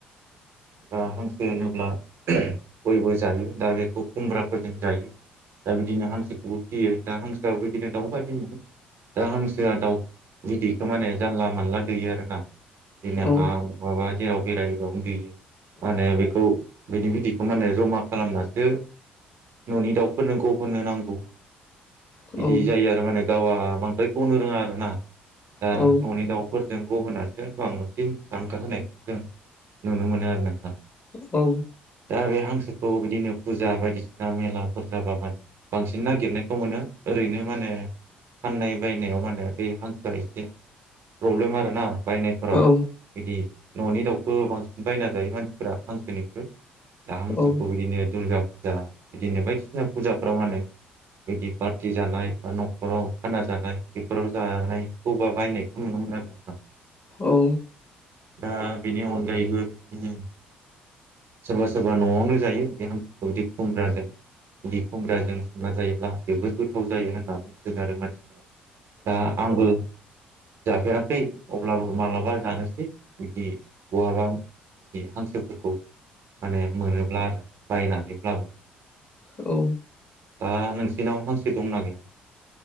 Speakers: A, on the right; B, on the left.
A: दा हांसो होनोब्ला बयबो जायो दा बेखौ खुमब्राफोरजों जायो। दा बिदिनो हांसोखौबो फियो दा हांसोआवबो बिदिनो दाउ बायदि मोनो दा हांसोआ दाउ बिदैखो माने जानला मानला दैयो आरो ना। बिदिनो
B: औ
A: हा माबा जेराव बेरायो बेयावनो दैयो। मानो बेखौ बेनि बिदैखौ मानो जमा खालामनासो न'नि दाउफोरनो गहोनो नांगौ।
B: औ
A: इदि
B: औ
A: जायो आरो माने गावआ बांद्राय गनो रोङा आरो ना दा
B: औ
A: न'नि
B: औ
A: दाउ फोरजों गुबुनासो बांसिन फिसा ओंखार होनायखौ जों नुनो मोनो आरो नोंथां।
B: औ
A: दा बे हांसोखौ बिदिनो फुजा बायदिसिना मेलाफोर जाबा मान बांसिन नागिरनायखौ मोनो ओरैनो माने फाननाय बायनायाव मानो बे हांसोआ एसे प्रब्लेम आरोना बायनाय
B: औ
A: बिदि न'नि दाउखौ बांसिन बायना जायो मानसिफोरा हांसोनिख्रुय। दा हांसोखौ
B: औ
A: बिदिनो दुर्गा फुजा बिदिनो बायदिसिना फुजाफ्राव मानो बिदि पार्टि जानाय बा न'खराव खाना जानाय बेफोराव जानायखौबा बायनायखौ नुनो मोनो आरोना।
B: औ
A: दा बेनि अनगायैबो बिदिनो सोरबा सोरबा न'आवनो जायो बिदि हांसोखौ बिदि खुमब्राजों बिदि खुमब्राजों उना जायोब्ला जोबोद गोथाव जायो होनना बुंसो गारो मानसिफ्रा दा आंबो जाफेराखै अब्लाबो मालाबा जानोसै बिदि बहाबा बि हांसोफोरखौ मानो मोनोब्ला आरो बायनानैब्लाबो
B: औ
A: आ नोंसिनाव हांसो दंना गैया?